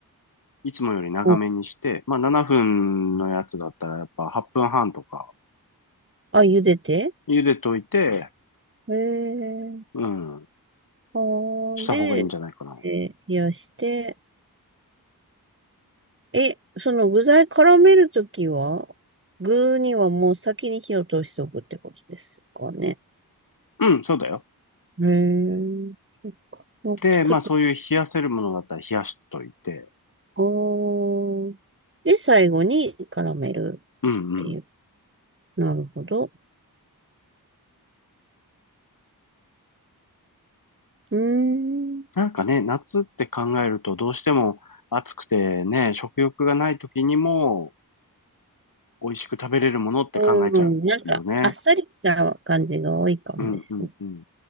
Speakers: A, on the left (about 65°); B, on the right (about 35°).
A: いつもより長めにして、
B: お、
A: まあ7分のやつだったらやっぱ8分半とか
B: あ、茹でて
A: 茹でといて、
B: えー、
A: うん、
B: あー、
A: した方がいいんじゃないかな。
B: で、え冷やして、え、その具材絡めるときは、具にはもう先に火を通しておくってことですかね。
A: うん、そうだよ。
B: えー、そっか。もう作った。
A: で、まあそういう冷やせるものだったら冷やしといて、
B: あー。で、最後に絡めるっ
A: うんうん。
B: ていう。なるほど。うーん。
A: なんかね、夏って考えるとどうしても暑くてね、食欲がない時にも美味しく食べれるものって考えちゃうよね。
B: うん、なんか、あっさりした感じが多いかもですね。
A: うんうんうん。